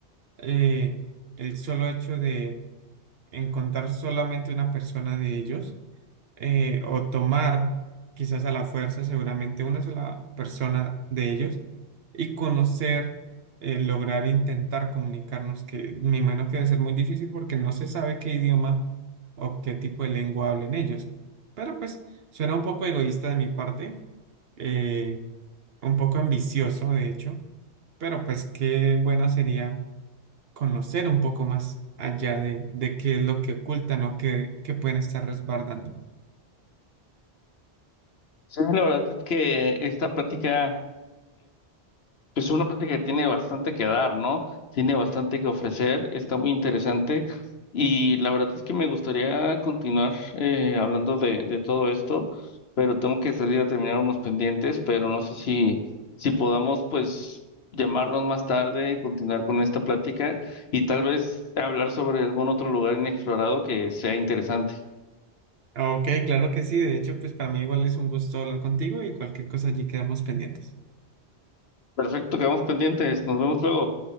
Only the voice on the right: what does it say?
eh, el solo hecho de encontrar solamente una persona de ellos eh, o tomar quizás a la fuerza seguramente una sola persona de ellos y conocer, eh, lograr intentar comunicarnos, que me imagino que debe ser muy difícil porque no se sabe qué idioma o qué tipo de lengua hablen ellos. Pero pues suena un poco egoísta de mi parte, eh, un poco ambicioso de hecho, pero pues qué bueno sería conocer un poco más allá de, de qué es lo que ocultan o qué, qué pueden estar resguardando.
Ok, claro que sí. De hecho, pues para mí igual es un gusto hablar contigo y cualquier cosa allí quedamos pendientes.